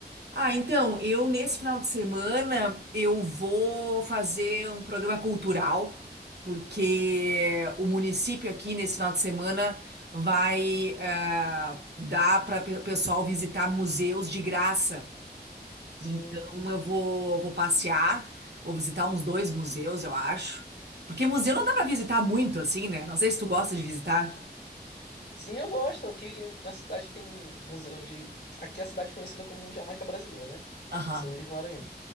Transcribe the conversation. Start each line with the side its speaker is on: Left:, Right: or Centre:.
Right: Ah, então, eu nesse final de semana eu vou fazer um programa cultural, porque o município aqui nesse final de semana vai eh, dar para o pessoal visitar museus de graça.
Left: Sim.
Right: Então eu vou, vou passear, vou visitar uns dois museus, eu acho. Porque museu não dá para visitar muito assim, né? Não sei se tu gosta de visitar.
Left: Sim, eu gosto. Aqui na cidade tem museu de. Aqui é a cidade conhecida como Jamaica Brasileira, né?
Right: Aham.
Left: São Luís do Maranhão.